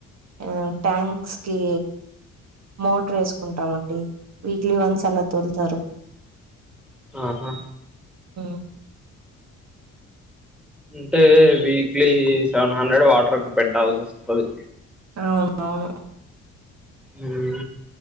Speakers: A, on the right; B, in the centre.
A: ఆ ట్యాంక్స్ కి మోటర్ ఏసుకుంటామండి వీక్లీ వన్స్ అలా తోలుతారు
B: ఆహా
A: ఉమ్
B: అంటే వీక్లీ సెవెన్ హండ్రెడ్ వాటర్ కి పెట్టాల్సి ఒస్తది
A: అవును అవును
B: ఉ